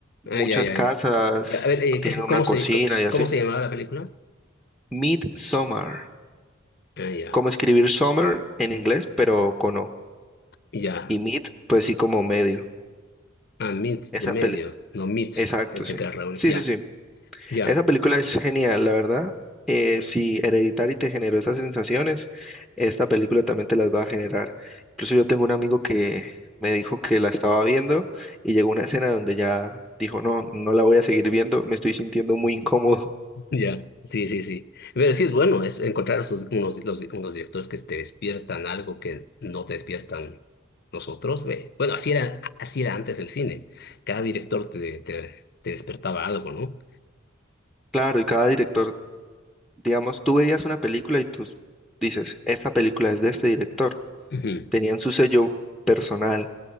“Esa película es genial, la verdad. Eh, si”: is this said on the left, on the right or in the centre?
Centre